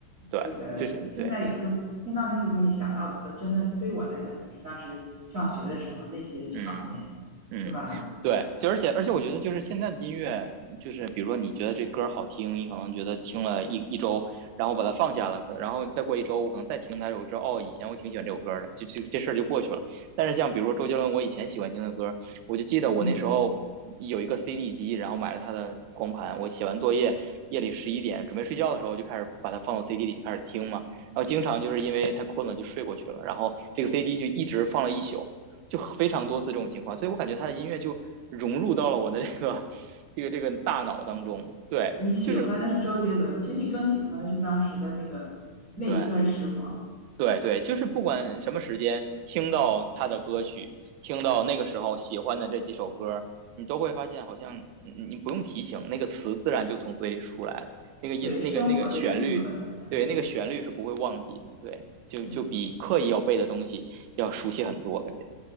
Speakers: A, on the right (about 80°); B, on the right (about 30°).
A: 对，
B: 这个现在有时候听到那些歌，
A: 就是对，
B: 你想到的真的对我来讲就是当时上学的时候那些场面，
A: 嗯。嗯，
B: 是吧？
A: 对，就而且而且我觉得就是现在的音乐，就是比如说你觉得这歌儿好听，你可能觉得听了一一周，然后把它放下了，然后再过一周，我可能再听它，我知道哦，以前我挺喜欢这首歌儿的，就这这事儿就过去了。但是像比如说周杰伦，我以前喜欢听的歌儿，我就记得我那时候有一个
B: 嗯，
A: CD 机，然后买了他的光盘，我写完作业，夜里十一点准备睡觉的时候，就开始把它放到 CD 里就开始听嘛，然后经常就是因为太困了就睡过去了，然后这个 CD 就一直放了一宿。就非常多次这种情况，所以我感觉他的音乐就融入到了我的这个这个这个大脑当中。对，
B: 你喜欢的是周杰伦，
A: 就是
B: 其实你更喜欢的是当时的那个那一段时光，
A: 对对对，就是不管什么时间听到他的歌曲，听到那个时候喜欢的这几首歌，你都会发现好像你你不用提醒，那个词自然就从嘴里出来了，那个音那个那个旋律，
B: 对生活的一部分了，相当于
A: 对，那个旋律是不会忘记的。对，就就比刻意要背的东西要熟悉很多，
B: 对，
A: 感觉。